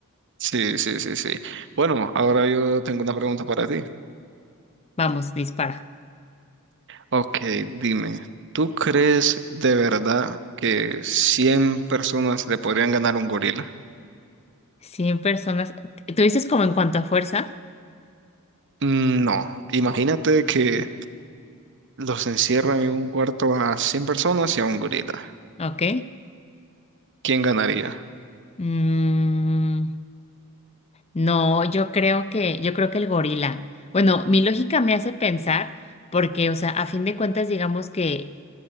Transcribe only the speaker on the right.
Sí, sí, sí, sí. Bueno, ahora yo tengo una pregunta para ti.
Ok, dime, ¿tú crees de verdad que 100 personas le podrían ganar a un gorila?
Mm, No, imagínate que los encierran en un cuarto a 100 personas y a un gorila.
¿Quién ganaría?